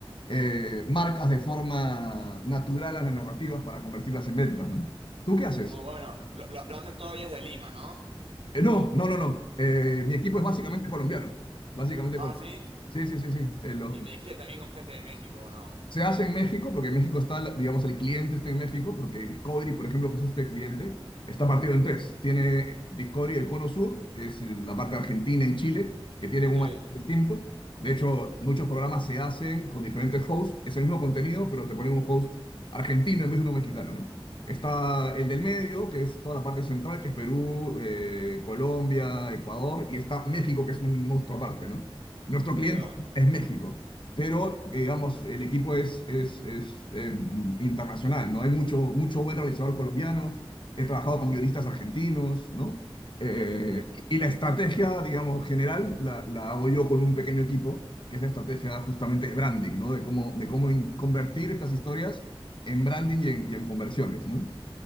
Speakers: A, on the left (about 60°); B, on the right (about 75°).
A: eh, marcas de forma natural a las narrativas para convertirlas en ventas, ¿no? ¿Tú qué haces?
B: Muy bueno. Lo, lo- lo hacen todo ahí desde Lima, ¿no?
A: Eh, no, no, no, no. Eh, mi equipo es básicamente
B: Bi-
A: colombiano. Básicamente
B: Ah,
A: colombiano.
B: sí.
A: Sí, sí, sí, sí. Eh, los,
B: Y me dijiste también con gente de México, ¿o no?
A: Se hace en México porque en México está, la- digamos, el cliente está en México porque Discovery, por ejemplo, que es este cliente, está partido en tres. Tiene Discovery el Cono Sur, que es el- la parte argentina y Chile, que tienen
B: Sí,
A: un marco distinto. De hecho, muchos programas se hacen con diferentes hosts, es el mismo contenido, pero te ponen un host argentino en vez de uno mexicano, ¿no? Está el del medio, que es toda la parte central, que es Perú, eh, Colombia, Ecuador, y está México, que es un monstruo aparte, ¿no? Nuestro cliente
B: claro.
A: es México pero eh, digamos, el equipo es, es, es eh, internacional, ¿no? Hay mucho, mucho buen realizador colombiano, he trabajado con guionistas argentinos, ¿no? Eh,
B: Mi-
A: y la estrategia, digamos, general la, la hago yo con un pequeño equipo, que es la estrategia justamente de branding, ¿no? De cómo, de cómo in- convertir estas historias en branding y en, y en conversiones, ¿no?